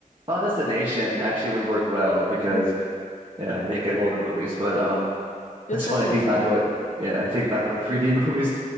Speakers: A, on the right (about 40°); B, on the left (about 55°).
A: Final Destination actually would work well because
B: Mm-hmm.
A: yeah, I think of all the movies. But um,
B: It
A: it's
B: was definitely
A: funny thinking
B: fun.
A: back about yeah, thinking back about 3D <laughs> movies.